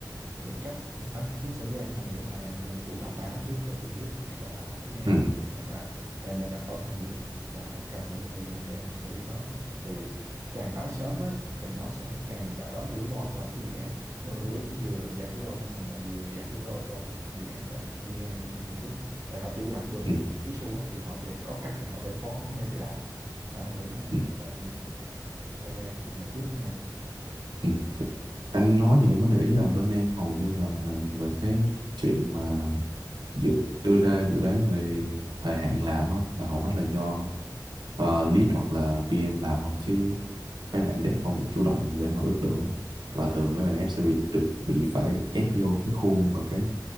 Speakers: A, on the right; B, on the right.
A: cái cách anh ứng xử của em anh nghĩ là em nên chủ động báo trước cho team lead hoặc là phía em
B: ừ,
A: á là em đã gặp khó khăn gì và em cần bao nhiêu thời gian để em xử lý nó thì càng báo sớm á thì nó sẽ càng đỡ rủi ro cho cái dự án tức là rủi, vừa giảm rủi ro cho mình mà vừa giảm rủi ro cho dự án và PM cũng như team lead tại họ chủ động được
B: ừ,
A: những cái issue á, thì họ sẽ có cách để họ đối phó ngay từ đầu nên anh nghĩ là em
B: ừ,
A: em, em, em quen cái chuyện này trước nha
B: ừ. anh nói thì em mới để ý là bên em hầu như là về cái chuyện mà dự, đưa ra dự đoán về thời hạn làm á, là hầu hết là do uh, lead hoặc là PM làm không chứ mấy bạn dev không được chủ động để mà ước lượng lắm và
A: Ồ,
B: thường mấy bạn ép sẽ bị được bị phải ép vô cái khuôn và cái